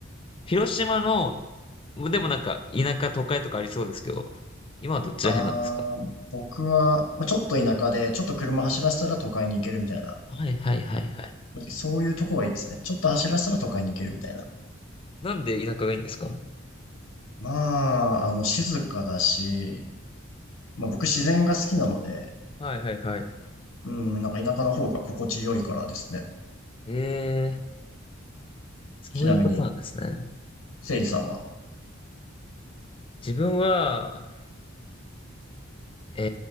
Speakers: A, on the left (about 25°); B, on the left (about 80°).
A: 広島の、でもなんか、田舎、都会とかありそうですけど、今はどっちら辺なんですか
B: あー、僕は、まあ、ちょっと田舎で、ちょっと車走らせたら都会に行けるみたいな。
A: はいはいはいはい。
B: そういうとこがいいですね。ちょっと走らせたら都会に行けるみたいな。
A: なんで田舎がいいんですか
B: まあ、あの、静かだし、まあ僕自然が好きなので、
A: はいはいはい。
B: うん、なんか田舎の方が心地よいからですね。
A: ええ、そういうことなんですね。
B: ちなみに、せいじさんは。
A: 自分は、え